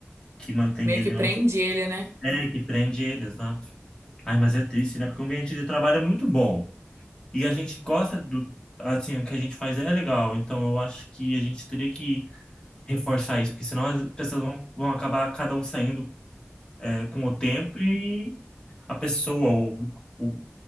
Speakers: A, on the left (about 20°); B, on the right (about 85°).
A: que mantém
B: Meio
A: ele
B: que
A: não.
B: prende ele, né?
A: É, que prende ele, exato. Ai, mas é triste, né? Porque o ambiente de trabalho é muito bom. E a gente gosta do. Assim, o que a gente faz é legal. Então eu acho que a gente teria que reforçar isso, porque senão as pessoas vão, vão acabar cada um saindo, é, com o tempo e a pessoa, o, o,